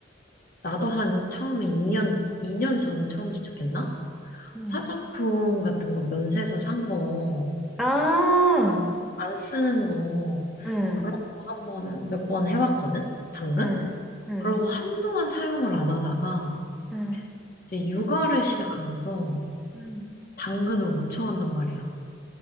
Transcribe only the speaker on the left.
나도 한 처음에 2년, 2년 전에 처음 시작했나?
화장품 같은 거 면세에서 산 거.
안 쓰는 거
그런 거 한 번 몇 번 해봤거든? 당근?
그러고 한동안 사용을 안 하다가
이제 육아를 시작하면서
당근을 엄청 한단 말이야.